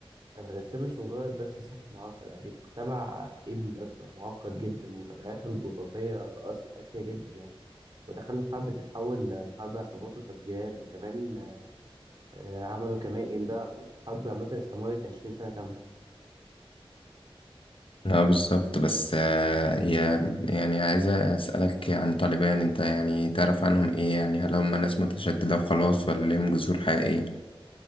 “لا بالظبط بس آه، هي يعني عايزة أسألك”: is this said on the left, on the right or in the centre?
Left